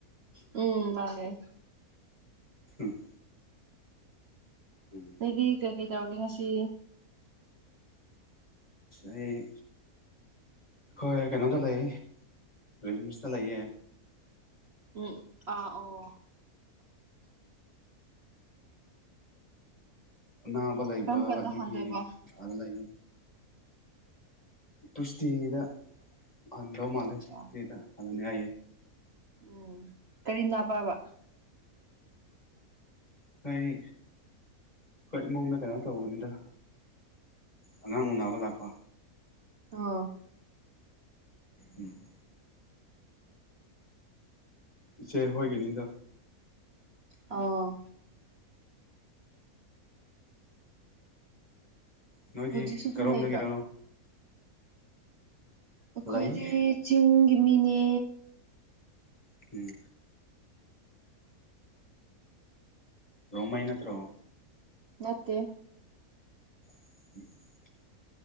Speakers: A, on the right; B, on the left.
A: ꯎꯝ ꯃꯥꯅꯦ꯫
B: ꯎꯝ ꯎꯝ
A: ꯑꯩꯗꯤ ꯀꯩ ꯀꯩ ꯇꯧꯔꯒꯦ ꯉꯁꯤ
B: ꯑꯩ ꯑꯩꯈꯣꯏ ꯀꯩꯅꯣꯗ ꯂꯩ ꯔꯤꯝꯁꯇ ꯂꯩꯌꯦ꯫
A: ꯎꯝ ꯑ ꯑꯣ
B: ꯑꯅꯥꯕ ꯂꯩꯕ
A: ꯀꯔꯝ ꯀꯥꯟꯗ
B: ꯑꯗꯨꯒꯤ
A: ꯍꯟꯗꯣꯏꯕ
B: ꯃꯄꯥꯟ ꯂꯩꯌꯦ ꯇꯨꯁꯇꯦꯗ ꯍꯟꯗꯣ ꯃꯥꯂꯦ
A: ꯑꯆꯥ
B: ꯇꯨꯁꯇꯦꯗ ꯍꯜꯂꯅꯤ ꯍꯥꯏꯌꯦ
A: ꯎꯝ ꯀꯔꯤ ꯅꯥꯕꯥꯕ
B: ꯑꯈꯣꯏ ꯑꯈꯣꯏ ꯏꯃꯨꯡꯗ ꯀꯩꯅꯣ ꯇꯧꯕꯅꯤꯗ ꯑꯉꯥꯡ ꯎꯅꯕ ꯂꯥꯛꯄ
A: ꯑꯣ
B: ꯎꯝ ꯏꯆꯦ ꯍꯣꯏꯒꯤꯅꯤꯗꯥ
A: ꯑꯣ
B: ꯅꯣꯏꯗꯤ
A: ꯍꯧꯖꯤꯛꯁꯨ ꯑꯗꯨꯝ
B: ꯀꯔꯣꯝꯗꯒꯤꯔꯣ
A: ꯂꯩꯕ꯭ꯔꯥ ꯑꯩꯈꯣꯏꯗꯤ
B: ꯂꯩ
A: ꯆꯤꯡꯒꯤ ꯃꯤꯅꯦ
B: ꯎꯝ ꯔꯣꯡꯃꯩ ꯅꯠꯇ꯭ꯔꯣ
A: ꯅꯠꯇꯦ
B: <inaudible>